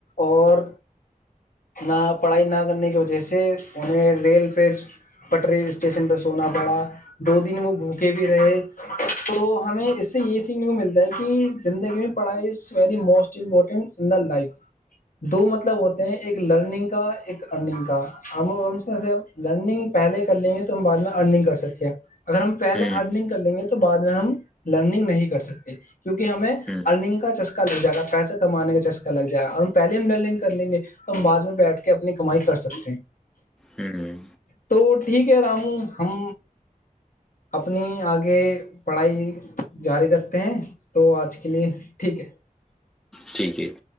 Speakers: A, on the left; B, in the centre.
A: اور نہ پڑھائی نہ وہ سے انہ ریل پہ پٹ رل اسٹیشن پہ سونا پڑا دو دن وہ بھوکے بھی رہے تو ہمیں اس سے یہ سیکھنے کو ملتا ہے کہ زندگی میں پڑھائی ا ویری موسٹ امپورٹینٹا لائف دو مطلب ہوتے ہیں ایک لرننگ کا ایک ارننگ کا ہم لرننگ پہلے کر لیں گے تو ہم بعد میں ارنگ کر سکتے ہیں <unintelligible> اگر ہم پہے
B: ہوں
A: ارنگ کر لیں گے تو <unintelligible> بعد میں ہم لرننگ نہیں کر سکتے کیونکہ ہمیں
B: ہوں
A: ارنگ کا چسکا لگ جائے گا پیسے کمانے کا چسکا لگ جائے گا اور ہم پہلے ہم لرنگ کر لیں گے تو ہم بع میں بیٹھ کے اپنی <unintelligible> کمائی کر سکتے ہیں
B: ہوں
A: تو ٹھیک ہے رامو ہم اپنی آگے پڑھائی جاری رکھتے ہیں تو آج کے لیے ٹھیک ہے <unintelligible>
B: ٹھیک ہےت